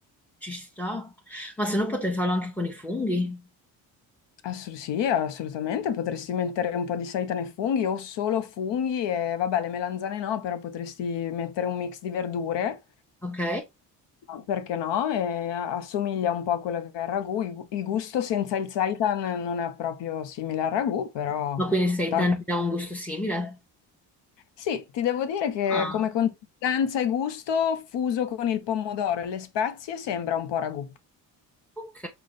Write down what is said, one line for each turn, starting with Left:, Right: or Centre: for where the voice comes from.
Centre: Ci sto. Ma se no potrei farlo anche con i funghi,
Left: Assu- sì, assolutamente, potresti mettere un po' di seitane e funghi o solo funghi e vabbè, le melanzane no, però potresti mettere un mix di verdure,
Centre: ok?
Left: no, perché no? E assomiglia un po' a quello che è il ragù. Il, gu- il gusto senza il seitan non è proprio simile al ragù, però
Centre: Ma quindi sei
Left: tan-
Centre: tanti da un gusto simile?
Left: sì, ti devo dire che
Centre: Ah,
Left: come consistenza e gusto, fuso con il pomodoro e le spezie, sembra un po' ragù.
Centre: ok,